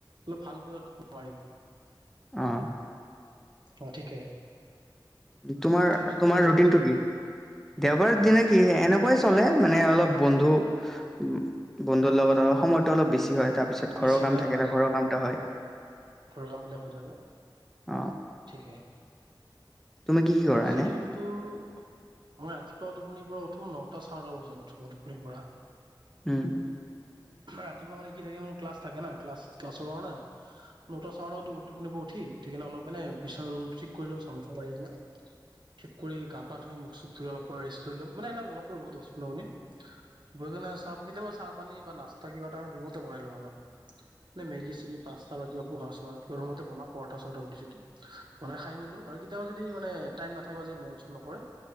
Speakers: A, on the right; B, in the centre.
A: অলপ ভালকৈ টোপনি মাৰিম।
B: অ
A: অ' ঠিকে।
B: তোমাৰ
A: তাৰপিছত
B: তোমাৰ
A: কি কয় দেওবাৰে
B: ৰুটিনটো কি? দেওবাৰৰ দিনা কি এনে কৈয়ে চলে, মানে অলপ বন্ধু-বন্ধুৰ লগত অল সময়টো অলপ বেছি হয়। তাৰ পিছত
A: বেছি
B: ঘৰৰ
A: হয়
B: কাম থাকিলে
A: আৰু
B: ঘৰৰ কামটা হয়।
A: ঘৰৰ কাম বিলাক হৈ থাকে।
B: অ
A: ঠিকে,
B: তুমি কি কি কৰা
A: মোৰ শেডিউলটো
B: এনে
A: মই ৰাতিপুৱা টোপনিৰ পৰা উঠো নটা চাৰটা বজাত উঠো টোপনিৰ পৰা।
B: উম।
A: ৰাতিপুৱা মানে কি থাকে, মোৰ ক্লাছ থাকে না ক্লাছ ক্লাছৰ কাৰণে। নটা চাউডটো টোপনিৰ পৰা উঠি, উঠি কিনে অলপ মানে বিচনা ৰুমটো ঠিক কৰি লওঁ, ঝাৰু-চাৰু মাৰি কিনে। ঠিক কৰি গা-পা ধুই, মুখ-চুখ ধুই অলপ ৰেষ্ট লৈ লওঁ। মানে এনে অলপ পৰ দহ পোন্ধৰ মিনিট বহি কিনে চাহ কেতিয়াবা চাহ পানী বা নাস্তা কিবা এটা ৰুমতে বনাই লওঁ। মানে মেগী-চেগী পাষ্টা বা কিবা। বোহা-চহা কিবা ৰুমতে বনাওঁ পৰঠা-চৰঠা ৰুটি-চুটি বনাই খাই বৈ লওঁ, আৰু কেতিয়াবা যদি মানে টাইম নাথাকে বা যদি মন-চন নকৰে